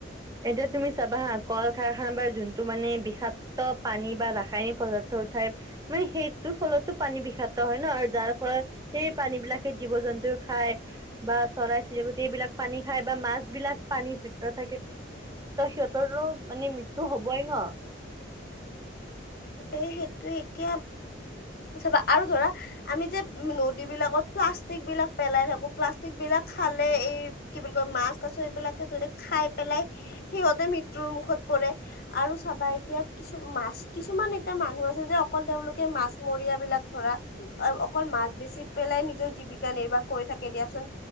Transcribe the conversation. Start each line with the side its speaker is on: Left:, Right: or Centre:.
Right: এতিয়া তুমি চাবা হা কল বা যোনটো মানে বিষাক্ত পানী বা ৰাসায়নিক পদাৰ্থ উঠায় মানে সেইটোৰ ফলত পানী বিষাক্ত হয় ন আৰু যাৰ ফলত সেই পানী বিলাকে জীৱ জন্তু খাই বা চৰাই ছিল গোটেই এইবিলাক পানী খায় বা মাছ পানী পি থাকে ত সিহঁতৰো মানে মৃত্য হবই ন
Left: এ সেইটো এতিয়া চাবা আৰু ধৰা আমি যে নদী বিলাকত প্লাষ্টিক বিলাক পেলাই থাকো প্লাষ্টিক বিলাক খালে এই কি বুলি কয় মাছ কাছ এইবিলাকে যদি খাই পেলাই সিহঁতে মৃত্যুৰ মুখত পৰে আৰু চাবা এতিয়া কিছু মাছ কিছুমান এটা মানুহ আছে যে অকল তেওঁলোকে মাছমৰীয়াবিলাক ধৰা অ অকল মাছ বেচি পেলাই নিজৰ জীৱিকা নিৰ্বাহ কৰি থাকে দিয়াচোন